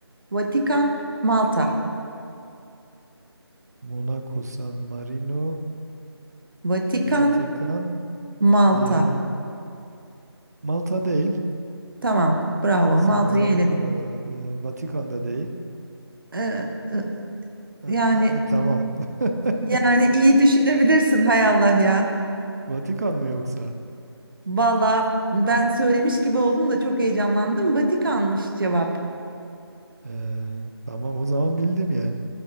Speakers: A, on the right; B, on the right.
A: Vatikan, Malta.
B: Monaco, San Marino,
A: Vatikan,
B: Vatikan,
A: Malta.
B: diğeri neydi? Malta değil.
A: Tamam, bravo.
B: San
A: Malta'yı
B: Marino,
A: eledik.
B: e, Vatikan'da değil.
A: Ee, e,
B: E,
A: yani
B: e, e, tamam. <laughs>
A: yani iyi düşünebilirsin hay Allah ya.
B: Vatikan mı yoksa?
A: Valla ben söylemiş gibi oldum da çok heyecanlandım. Vatikan'mış cevap.
B: E, tamam o zaman bildim yani.